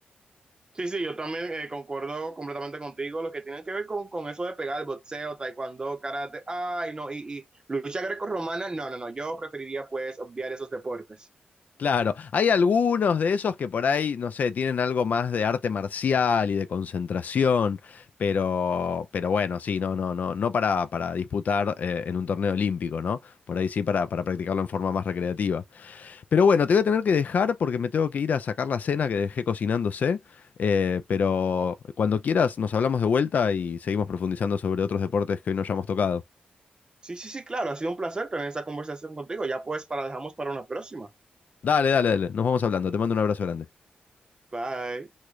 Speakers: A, on the right; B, on the left.
A: Sí, sí, yo también eh, concuerdo completamente contigo. Lo que tiene que ver con, con eso de pegar boxeo, taekwondo, karate, ay, no, y, y lucha grecorromana, no, no, no, yo preferiría pues obviar esos deportes.
B: Claro, hay algunos de esos que por ahí, no sé, tienen algo más de arte marcial y de concentración, pero, pero bueno, sí, no, no, no, no para, para disputar eh, en un torneo olímpico, ¿no? Por ahí sí para, para practicarlo en forma más recreativa. Pero bueno, te voy a tener que dejar porque me tengo que ir a sacar la cena que dejé cocinándose. eh, pero cuando quieras, nos hablamos de vuelta y seguimos profundizando sobre otros deportes que hoy no hayamos tocado.
A: Sí, sí, sí, claro, ha sido un placer tener esta conversación contigo. Ya pues para dejamos para una próxima.
B: Dale, dale, dale. Nos vamos hablando. Te mando un abrazo grande.
A: Bye.